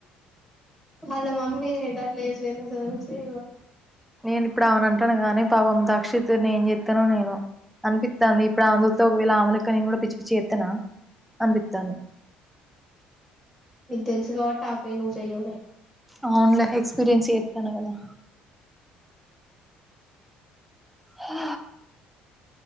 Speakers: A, on the left (about 15°); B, in the centre.
A: వాళ్ళ మమ్మీ గట్ల వేసులేంద చనువిచ్చి
B: నేను ఇప్పుడు అవును అంటాను కానీ పాపం దక్షిత్ ను ఏం చెప్తానో ఏమో. అనిపిస్తాంది ఇప్పుడు ఆమెను చూస్తే ఒకవేళ అమెలెక్క నేను కూడా పిచ్చి పిచ్చి గా చెత్తానా అనిపిస్తాంది. <inaudible>
A: నీకు తెలుసు కాబట్టి నువ్వు చేయవు లే.
B: అవునులే ఎక్స్పీరియన్స్ చేస్తాన్నా కదా? ఆ